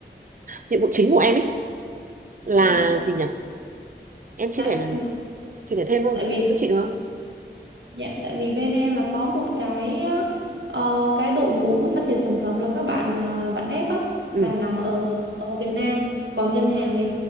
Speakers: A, on the right; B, on the right.
A: nhiệm vụ chính của em ấy là
B: dạ.
A: gì nhỉ em chia
B: Dạ,
A: sẻ
B: ừ.
A: chia sẻ thêm không
B: tại
A: chị
B: vì
A: giúp chị được không
B: dạ, tại vì bên em là có một cái ờ, cái đội ngũ mà phát triển sản phẩm là các bạn ờ, bạn dev á
A: ừ.
B: là nằm ở ở Việt Nam còn ngân hàng thì